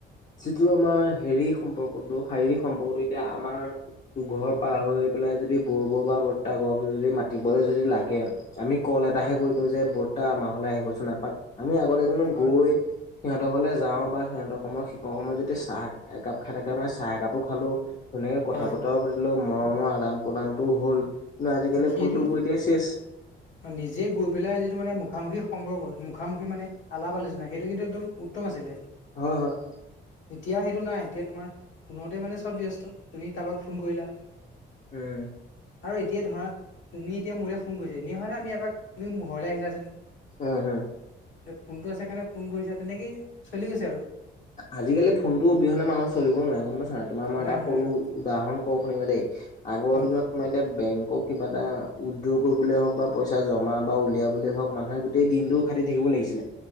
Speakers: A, on the left; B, on the left.
A: যিটো আমাৰ হেৰি সম্পৰ্কটো শাৰীৰিক সম্পৰ্কটো এতিয়া আমাৰ- দুঘৰ পাৰ হৈ পেলাই যদি বৰ বৌ বা বৰদেউতা যদি মাতিবলৈ যদি লাগে। আমি কল এটাহে
B: হয়
A: কৰি দিওঁ যে বৰদেউতা আমাৰ ঘৰলে আহিবচোন এপাক আমি আগতে কিনো
B: উম হয়
A: গৈ-
B: হয়
A: সিহঁতৰ ঘৰলে যাওঁ বা সিহঁতৰ সময়ত শিষ সময়ত যদি চাহ একাপ খাই থাকে মানে চাহ একাপো খালো। ধুনীয়াকে কথা
B: হয়
A: বতৰাও পাতিলো মৰমৰ আদান প্ৰদানটো হ'ল কিন্তু আজিকালি
B: সেইটো
A: ফোনটো কৰি দিয়ে চেচ।
B: <inaudible> নিজে গৈ পেলাই যিটো মানে মুখামুখি সম্পৰ্ক মুখামুখি মানে আলাপ আলোচনা সেইটো কিন্তু একদম উত্তম আছিলে।
A: হয় হয়।
B: এতিয়া সেইটো নাই এতিয়া তোমাৰ- ফোনতে মানে চব ব্যস্ত তুমি কাৰোবাক ফোন কৰিলা।
A: উম।
B: আৰু এতিয়া ধৰা তুমি এতিয়া মোলে ফোন কৰিছা এনে ধৰা আমি এপাক তুমি মোৰ ঘৰলে আহিলা হেতেন।
A: অঁ'হয়।
B: যে ফোনটো আছে কাৰণে ফোন কৰিছা তেনেকেই চলি গৈছে আৰু।
A: আজিকালি ফোনতো অবিহনে মানুহ চলিব নোৱাৰে গম পাইছ নাই তোমাৰ মই
B: নোৱাৰে
A: এটা
B: নোৱাৰে
A: সৰু
B: অ
A: উদাহৰণ- কওঁ শুনিবা দেই আগৰ
B: অ
A: দিনত
B: কোৱা
A: তোমাৰ এতিয়া বেংকক- কিবা এটা উইড্ৰ কৰিবলে হওক বা পইচা জমা বা উলিয়াবলে হওক মানুহে গোটেই দিনটো- খাটি থাকিব লাগিছিলে